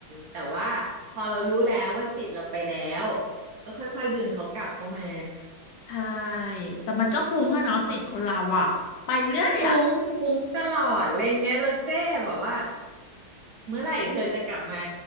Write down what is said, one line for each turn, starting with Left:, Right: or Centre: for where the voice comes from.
Right: แต่ว่าพอเรารู้แล้วว่าจิตเราไปแล้วก็ค่อยๆดึงเขากลับเข้ามา
Left: ใช่แต่มันก็ฟุ้งอะเนาะจิตคนเราอะไปเรื่อยอะ
Right: ฟุ้งฟุ้งตลอดอะไรเงี้ยเราเจ้แบบว่าเมื่อไหร่เธอจะกลับมา